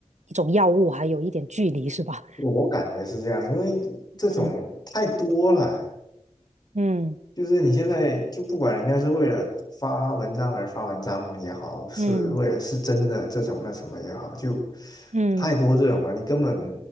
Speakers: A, on the right; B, on the left.
A: 一种药物，还有一点距离，是吧？
B: 我感觉是这样，因为这种太多了。
A: 嗯嗯
B: 就是你现在就不管人家是为了发文章而发文章也好，是为了是真的这种那什么也好，
A: 嗯
B: 就
A: 嗯
B: 太多这种了，你根本